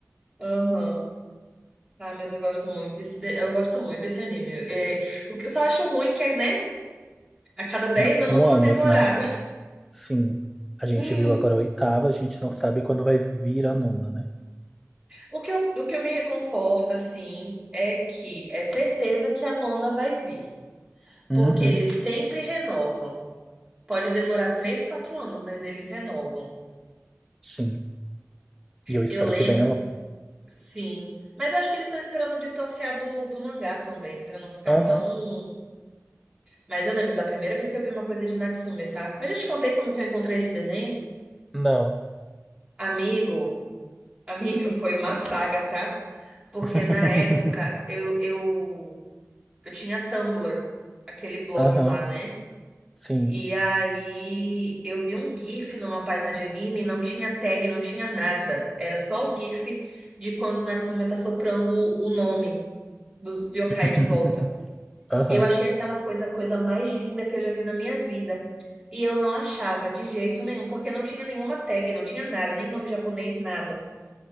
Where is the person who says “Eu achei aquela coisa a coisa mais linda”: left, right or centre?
Right